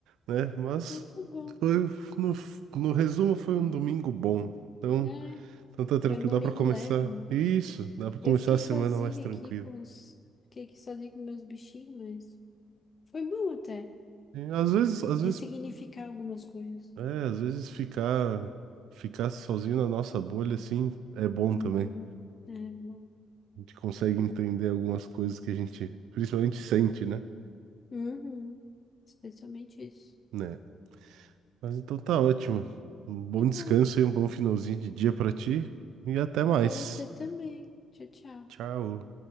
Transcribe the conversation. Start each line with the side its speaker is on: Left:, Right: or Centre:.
Right: né? Mas
Left: Então tá bom.
Right: foi, no, no resumo foi um domingo bom. Então,
Left: É.
Right: então tá tranquilo,
Left: Foi um domingo
Right: dá pra começar.
Left: leve, né?
Right: Isso, dá pra começar
Left: Eu fiquei
Right: a semana
Left: sozinha
Right: mais tranquilo.
Left: aqui com os. Fiquei aqui sozinha com meus bichinhos, mas foi bom até.
Right: E às vezes, às
Left: Ressignificar
Right: vezes,
Left: algumas coisas.
Right: é, às vezes ficar ficar sozinho na nossa bolha assim é bom
Left: Uhum.
Right: também.
Left: É bom.
Right: A gente consegue entender algumas coisas que a gente principalmente sente, né?
Left: Uhum. Especialmente isso.
Right: Né? Mas então tá ótimo. Um bom
Left: Tá bom.
Right: descanso e um bom finalzinho de dia pra ti. E até mais.
Left: Pra você também. Tchau, tchau.
Right: Tchau.